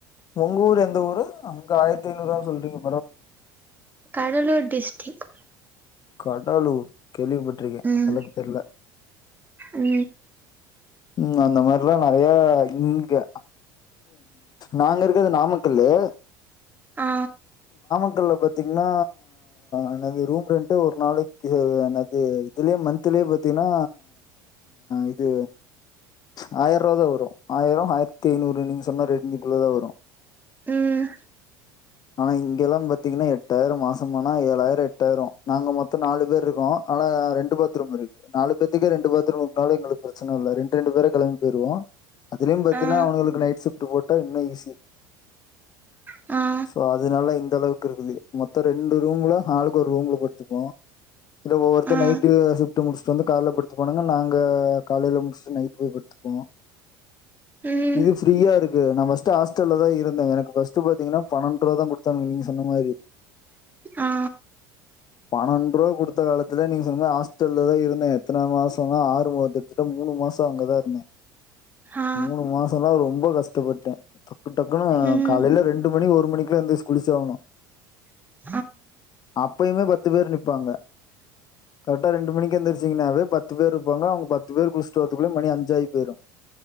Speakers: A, on the left (about 40°); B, on the right (about 15°).
A: உங்க ஊர் எந்தஊரு அங்க ஆயிரத்தைநூறு வானு சொல்றீங்
B: கடலூர் டிஸ்டிக்
A: கடலூர் கேள்விப்பட்டிருக்கே
B: ம்
A: அந்தளவுக்கு தெரில
B: ம்
A: ம் அந்த மாரில்லா நெறைய இங்க நாங்க இருக்கது நாமக்கலு அ
B: ஆ
A: க்கல்ல பாத்தீங்ன்னா என்னது ரூம் ரென்ட் ஒரு நாளைக்கு என்னது இதுலயே மன்த் பாத்தீங்கன்னா இது ச் ஆயிரூவா தா வரு ஆயிர ஆயிரத்தி ஐநூறு நீங்க சொ சொன்ன ரேஞ்சுக்குள்ள தா வரு
B: ம்
A: ஆனா இங்க எல்லா பாத்தீங்கன்னா எட்டாயிர மாசம் ஆனா ஏழாயிர எட்டாயிர நாங்க மொத்தம் நாலு பேர் இருக்கோ ஆனா அ ரெண்டு பாத்ரூம் இருக்கு நாலு பேத்துக்கே ரெண்டு பாத்ரூம் உட்டாலு எங்களுக்கு பிரச்சன இல்ல ரெண் ரெண்டு பேரு கெலம்பி போயிருவோ அதுலயும் பாத்தீனா
B: ஆ
A: அவுனுங்களுக்கு நைட் ஷிப் ட்டு போட்டா இன்னு ஈஸி
B: அ
A: சோ அதுனால இந்த அளவுக்கு இருக்குது மொத்தோ ரெண்டு ரூம்ல அளுக்கு ஒரு ரூம்ல படுத்துப்போ இத ஒவ்வொருத்த
B: ஆ
A: நைட்டு ஷிப்ட் முடிச்சிட்டு வந்து கால்ல படித்துபானுங்க நாங்க காலையில முடிச்சிட்டு நைட் போய் படுத்துப்போ
B: ம்
A: இது ஃப்ரீயா இருக்கு நா ஃபஸ்ட் ஹாஸ் ஹாஸ்டல்ல தா இருந்த எனக்கு ஃபஸ்ட் பாத்தீங்கன்னா பன்னெண்டு ரூபா தா குடுத்தாங்க நீங்க சொன்னா மாரி
B: ஆ
A: பன்னெண்டு ரூபா குடுத்த காலத்துல நீங்க சொன்ன மாரி ஹாஸ்டல்ல தா இருந்தே எத்தன மாசமா ஆறு மா கிட்டத்தட்ட மூணு மாச த அங்கதா இருந்தே
B: ஆ
A: மூணு மாசம்லா ரொம்ப ரொம்ப கஷ்டப்பட்டே டக்கு டக்குன்னு அ
B: ம்
A: காலையில ரெண்டு மணி ஒரு மணிக்குல எந்திரிச் குளிச்சே ஆகணு
B: <unintelligible>
A: அப்பயுமே பத்து பேர் நிப்பாங்க கரெக்டா ரெண்டு மணிக்கு எந்திரிச்சிங்கன்னாவே பத்து பேர் இருப்பாங்க அவங்க பத்து பேர் குளிச்சுட்டு வர் அதுக்குள்ள மணி அஞ்சாயி பேயிரோ